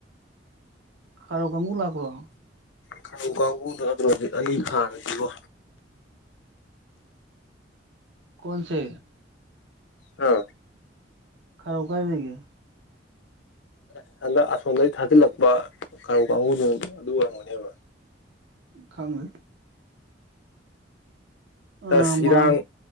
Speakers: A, on the right; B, on the left.
A: ꯈꯥꯔꯧ ꯀꯪꯕꯨ ꯂꯥꯛꯄꯔꯣ
B: ꯈꯥꯔꯧ ꯀꯥꯡꯕꯨꯗꯨ ꯅꯠꯇꯔꯣ ꯑꯂꯤ ꯈꯥꯟꯁꯤꯀꯣ
A: ꯀꯣꯟꯁꯦ
B: ꯍꯥ
A: ꯈꯥꯔꯧ ꯀꯥꯏ ꯂꯩꯒꯦ
B: ꯑꯁ ꯍꯟꯗꯛ ꯑꯁꯣꯝꯗꯒꯤ ꯊꯥꯖꯤꯜꯂꯛꯄ ꯈꯥ ꯇꯧ ꯀꯥꯡꯕꯨꯁꯤꯡꯗꯣ ꯑꯗꯨ ꯑꯣꯏꯔꯝꯒꯅꯤꯕ
A: ꯈꯉꯨ ꯑꯥ
B: ꯑꯁ
A: ꯃꯥꯜꯂꯦ
B: ꯏꯔꯥꯡ